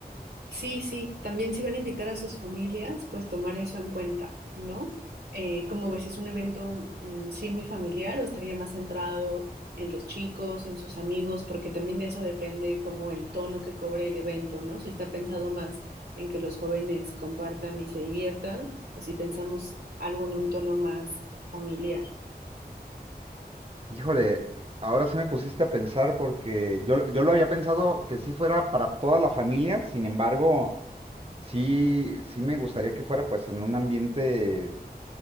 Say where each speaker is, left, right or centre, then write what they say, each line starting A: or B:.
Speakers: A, on the right; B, on the right.
A: Sí, sí, también si van a invitar a sus familias, pues tomar eso en cuenta, ¿no? Eh, como ves, es un evento, mm, sí, muy familiar o estaría más centrado en los chicos, en sus amigos, porque también de eso depende como el tono que cobre el evento, ¿no? Si está pensado más en que los jóvenes compartan y se diviertan, o si pensamos algo en un tono más familiar.
B: Híjole, ahora sí me pusiste a pensar porque yo, lo- yo lo había pensado que sí fuera para toda la familia, sin embargo, sí, sí me gustaría que fuera pues en un ambiente